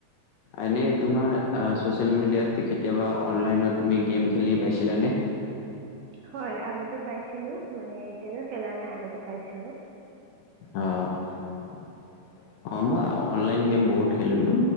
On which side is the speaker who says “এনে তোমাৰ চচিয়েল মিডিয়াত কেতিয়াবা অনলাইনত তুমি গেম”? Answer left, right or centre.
Left